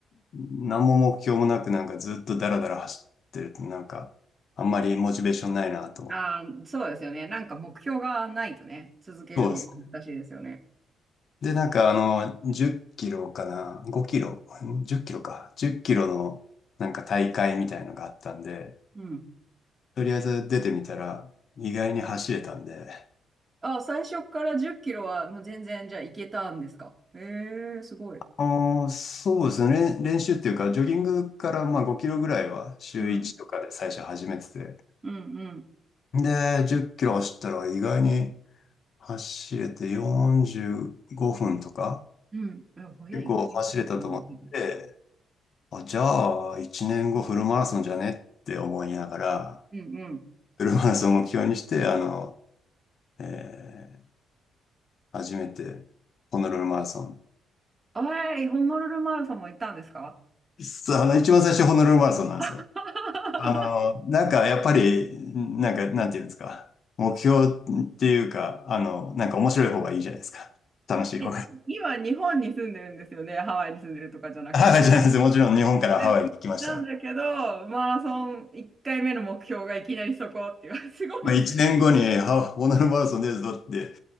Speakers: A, on the left; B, on the right.
A: 何も目標もなくなんかずっとダラダラ走ってるとなんか、あんまりモチベーションないなと思って。
B: ああ、そうですよね。なんか目標がないとね、続けるのって難しいですよね。
A: そうです。で、なんかあの、10キロかな、5キロ、ん10キロか、10キロのなんか大会みたいのがあったんで、
B: うん。
A: とりあえず出てみたら意外に走れたんで、
B: あ、最初から10キロはもう全然じゃあいけたんですか。ええーすごい。
A: ああ、そうですね。練練習っていうか、ジョギングからまあ5キロぐらいは週1とかで最初始めてて。
B: うん、うん、うん、うん。
A: で、10キロ走ったら意外に走れて45分とか、
B: うん早い。
A: 結構走れたと思って、
B: うん、うん。
A: あ、じゃあ1年後フルマラソンじゃねって思いながら、
B: うん
A: フルマラソンを目標にして、あの、えー初めてホノルルマラソン。
B: あい、ホノルルマラソンも行ったんですか
A: そうあの、一番最初ホノルルマラソンなんですよ。
B: <laughs>
A: あの、なんかやっぱり、なんか、なんていうんですか。目標っていうか、あの、なんか面白い方がいいじゃないですか。楽しい方が。
B: え、今、日本に住んでるんですよね。ハワイに住んでるとかじゃなくて。
A: <laughs> ハワイじゃないです。もちろん日本からハワイに来ましたね。
B: え、なんだけど、マラソン1回目の目標がいきなりそこっていう、<laughs> すごいすごい。
A: まあ、一年後に、ハワイホノルルマラソン出るぞって